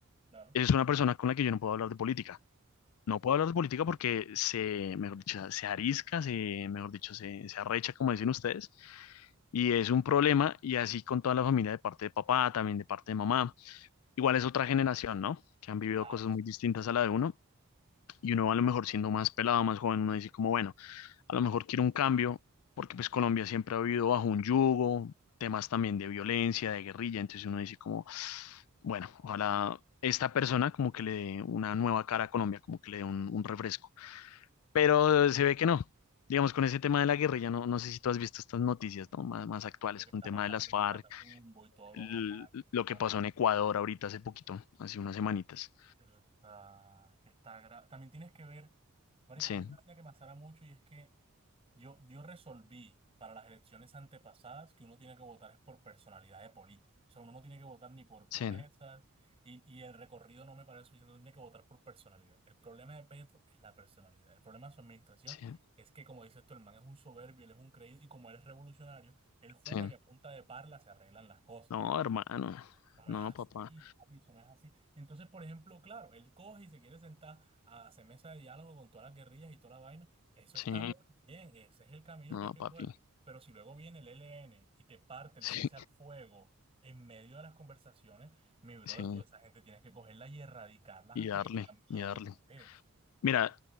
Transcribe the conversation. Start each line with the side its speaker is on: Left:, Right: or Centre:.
Right: claro.
Left: es una persona con la que yo no puedo hablar de política. No puedo hablar de política porque se, mejor dicho, se arisca, se, mejor dicho, se, se arrecha, como dicen ustedes, y es un problema, y así con toda la familia de parte de papá, también de parte de mamá. Igual es otra generación, ¿no? Que han vivido
Right: Claro,
Left: cosas muy
Right: sí.
Left: distintas
Right: sí,
Left: a la de uno y uno a lo mejor siendo más pelado, más joven, uno dice como, bueno, a lo mejor quiero un cambio porque pues Colombia siempre ha vivido bajo un yugo, temas también de violencia, de guerrilla, entonces uno dice como, bueno, ojalá esta persona como que le dé una nueva cara a Colombia, como que le dé un, un refresco, pero se ve que no. Digamos, con ese tema de la guerrilla, no, no sé si tú has visto estas noticias, ¿no? Más, más actuales,
Right: Lo que
Left: con
Right: está
Left: el tema
Right: pasando
Left: de las FARC,
Right: en el Catatumbo y todos los
Left: l-
Right: ataques.
Left: lo
Right: toda
Left: que pasó
Right: la
Left: en Ecuador ahorita hace poquito, hace unas semanitas.
Right: Está, que está gra- También tienes que ver, marica,
Left: Sí,
Right: a mí una vaina que me asara mucho y es que Yo, yo resolví para las elecciones antepasadas que uno tiene que votar es por personalidad de político. O sea, uno no tiene que votar ni por
Left: sí,
Right: promesas y, y el recorrido no me parece suficiente, uno tiene que votar por personalidad. El problema de Petro es la personalidad. El problema de su administración
Left: sí,
Right: es que, como dices tú, el man es un soberbio, él es un creído y como él es revolucionario, él jura
Left: sí.
Right: que a punta de parla se arreglan las cosas.
Left: No, hermano.
Right: Eso no
Left: No,
Right: es así,
Left: papá.
Right: papi, eso no es así. Entonces, por ejemplo, claro, él coge y se quiere sentar a hacer mesa de diálogo con todas las guerrillas y toda la vaina. Eso
Left: Sí,
Right: está muy bien, ese es el camino
Left: no,
Right: que hay que
Left: papi.
Right: coger.
Left: <laughs>
Right: Pero si luego viene el ELN y te parte el
Left: Sí,
Right: cese al fuego en medio de las conversaciones, mi brother,
Left: sí.
Right: tú de esa gente tienes que cogerla y erradicarlas
Left: Y
Right: hasta
Left: darle,
Right: que tengan miedo
Left: y darle.
Right: otra vez.
Left: Mira,